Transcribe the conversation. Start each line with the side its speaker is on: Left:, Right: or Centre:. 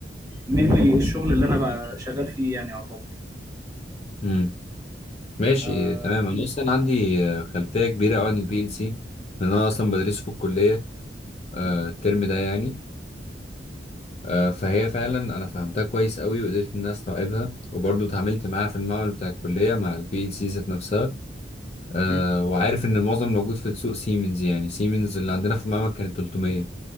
Right: mainly الشغل اللي انا بقى شغال فيه يعني يعتبر
Left: امم ماشي
Right: آه،
Left: تمام انا
Right: م-
Left: اصلا عندي آه، خلفيه كبيره أوي عن البي ال سي لان انا اصلا بدرسه في الكليه آه،
Right: م-
Left: الترم ده يعني آه، فهي فعلا انا فهمتها كويس قوي وقدرت ان انا استوعبها وبرضه اتعاملت معاها في المعمل بتاع الكليه مع البي ال سي ذات نفسها أه
Right: م.
Left: وعارف ان المعظم موجود في السوق سيمنز يعني سيمنز اللي عندنا في المعمل كانت 300